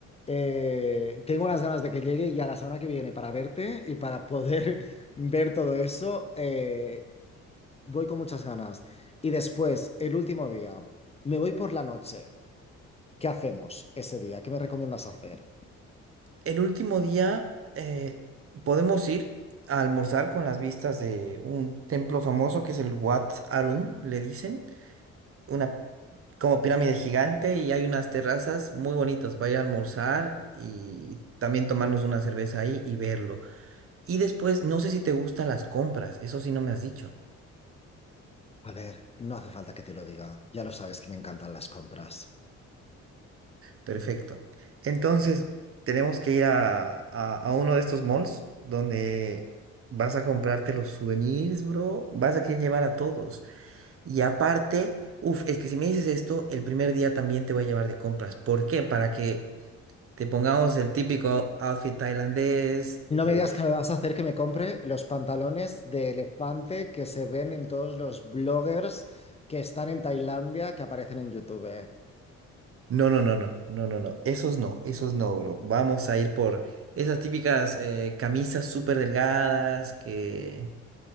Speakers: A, on the left (about 20°); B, on the right (about 50°).
A: eh, tengo unas ganas de que llegue ya la semana que viene para verte y para poder <laughs> ver todo eso. eh, Voy con muchas ganas. Y después, el último día, me voy por la noche. ¿Qué hacemos ese día? ¿Qué me recomiendas hacer?
B: El último día eh, podemos ir a almorzar con las vistas de un templo famoso que es el Wat Arun, le dicen. una como pirámide gigante y hay unas terrazas muy bonitas para ir a almorzar y también tomarnos una cerveza ahí y verlo. Y después, no sé si te gustan las compras, eso sí no me has dicho.
A: A ver, no hace falta que te lo diga. Ya lo sabes que me encantan las compras.
B: Perfecto. Entonces, tenemos que ir a, a, a uno de estos malls donde vas a comprarte los souvenirs, bro, vas a querer llevar a todos. Y aparte, uff, es que si me dices esto, el primer día también te voy a llevar de compras. ¿Por qué? Para que te pongamos el típico outfit tailandés.
A: No
B: eh,
A: me digas que me vas a hacer que me compre los pantalones de elefante que se ven en todos los bloggers que están en Tailandia que aparecen en YouTube.
B: no, no, no, no, no, no, no. Esos no, esos no, bro. Vamos a ir por esas típicas eh, camisas súper delgadas que,